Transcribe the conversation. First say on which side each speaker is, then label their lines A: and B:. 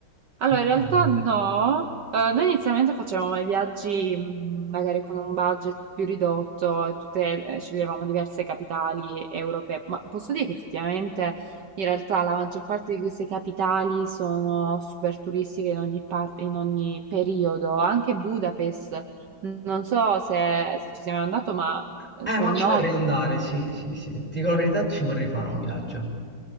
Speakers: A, in the centre; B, on the right.
A: però...
B: Allora, in realtà no. Eh, noi inizialmente facevamo i viaggi mh, magari con un budget più ridotto, e tutte, eh, sceglievamo diverse capitali europee, ma posso dire che effettivamente in realtà la maggior parte di queste capitali sono super turistiche in ogni parte, in ogni periodo, anche Budapest. Non so se, se ci sei mai andato, ma eh,
A: Eh,
B: se
A: ma
B: Ah,
A: ci
B: no...
A: vorrei andare, sì, sì, sì. Ti dico la verità, ci vorrei fare un viaggio.